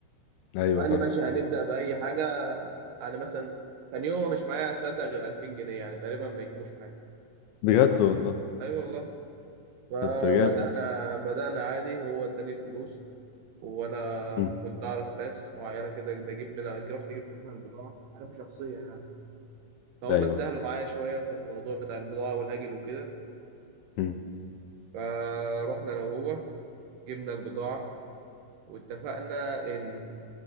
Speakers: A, on the left; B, on the right.
A: ايوه
B: فقال
A: فاهم
B: لي ماشي هنبدا باي حاجه يعني مثلا كان يومها مش معايا هتصدق غير 2000 جنيه يعني تقريبا ما يجيبوش حاجه
A: بجد والله
B: اي أيوة والله فبدانا
A: طب ده جامد
B: بدانا عادي هو اداني الفلوس وانا
A: مم.
B: كنت اعرف ناس معينه كده بجيب منها رحت جبت منها البضاعه عارفه شخصيه يعني فهم
A: ايوه
B: اتسهلوا
A: فاهم
B: معايا شويه في الموضوع بتاع البضاعه والاجل وكده
A: مم.
B: فروحنا انا وهو جبنا البضاعة واتفقنا ان